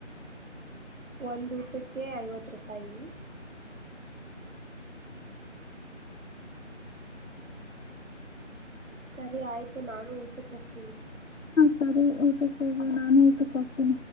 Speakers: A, on the right; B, on the left.
A: ಒಂದು ಊಟಕ್ಕೆ ಐವತ್ತು ರೂಪಾಯಿ ಹ್ಮ್ ಸರಿ ಆಯ್ತು ನಾನು ಊಟಕ್ಕೆ ಹೋಗ್ತೀನಿ
B: ತೇ ಟ ಕೊವೆ ನಾನು ಟ ಕೊಬ